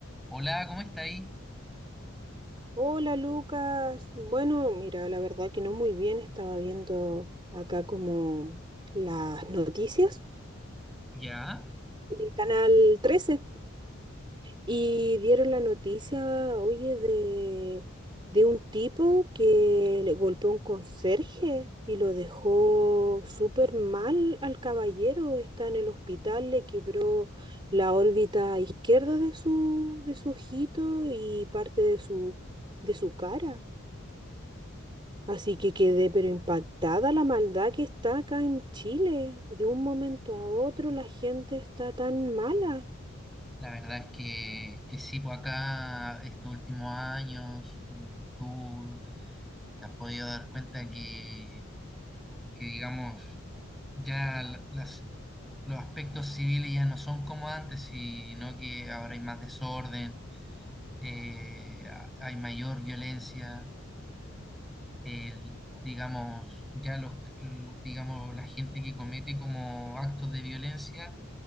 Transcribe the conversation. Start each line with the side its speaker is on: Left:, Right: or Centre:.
Centre: Hola, ¿cómo está ahí?
Right: Hola Lucas, bueno, mira, la verdad que no muy bien, estaba viendo acá como las noticias
Centre: Ya,
Right: en el canal 13 y dieron la noticia, oye, de, de un tipo que le golpeó a un conserje y lo dejó súper mal al caballero, está en el hospital, le quebró la órbita izquierda de su, de su ojito y parte de su, de su cara. Así que quedé pero impactada la maldad que está acá en Chile. De un momento a otro la gente está tan mala.
Centre: La verdad es que, que sí, por acá estos últimos años, mm, tú te has podido dar cuenta que, que digamos, ya la- las, los aspectos civiles ya no son como antes, sino que ahora hay más desorden, eh, ha- hay mayor violencia, el- digamos, ya los, mm, digamos, la gente que comete como actos de violencia.